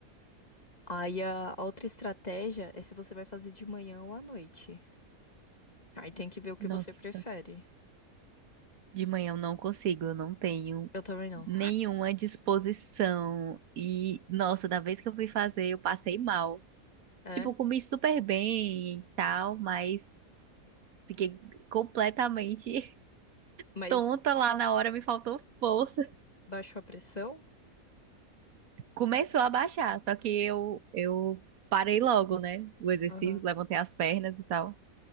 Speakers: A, on the left; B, on the right.
A: Aí a a outra estratégia é se você vai fazer de manhã ou à noite. Aí tem que ver o que
B: Nossa.
A: você prefere.
B: De manhã eu não consigo, eu não tenho
A: Eu também não.
B: nenhuma disposição. E, nossa, da vez que eu fui fazer, eu passei mal.
A: É,
B: Tipo, eu comi super bem e tal, mas fiquei completamente <laughs>
A: mas
B: tonta lá na hora, me faltou força.
A: Baixou a pressão?
B: Começou a baixar, só que eu, eu parei logo, né? O exercício,
A: Aham.
B: levantei as pernas e tal.